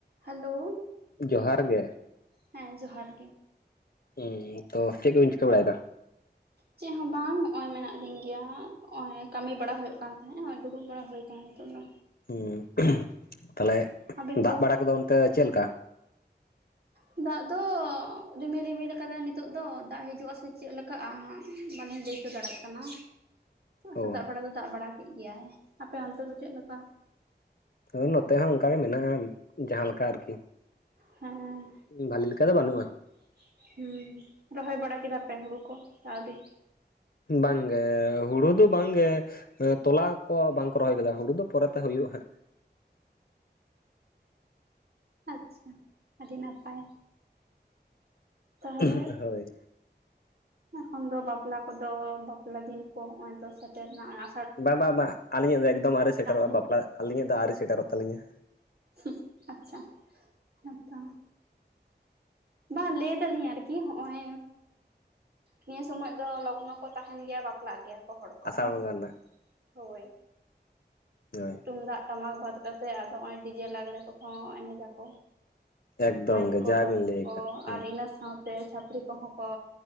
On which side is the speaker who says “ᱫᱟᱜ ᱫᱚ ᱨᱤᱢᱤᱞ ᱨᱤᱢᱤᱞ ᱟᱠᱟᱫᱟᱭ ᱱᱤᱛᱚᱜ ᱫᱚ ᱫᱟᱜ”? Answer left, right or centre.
Right